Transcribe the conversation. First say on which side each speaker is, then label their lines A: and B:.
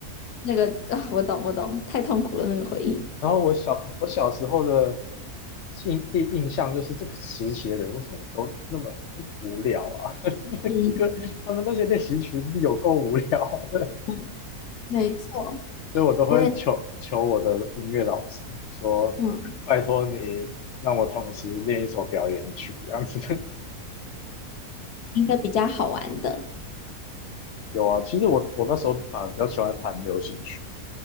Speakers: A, on the left; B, on the left.
A: 那个啊，我懂我懂，太痛苦了那个回忆。
B: 然后我小我小时候的印第一印象就是这个时期的人为什么都那么那么无聊啊？<laughs> 那个歌他们那些练习曲有够无聊的，
A: 嗯嗯，没错，
B: 所以我都会求求我的音乐老师说，
A: 我也嗯，
B: 拜托你让我同时练一首表演曲这样子。<laughs>
A: 应该比较好玩的。
B: 有啊，其实我我那时候反而比较喜欢弹流行曲，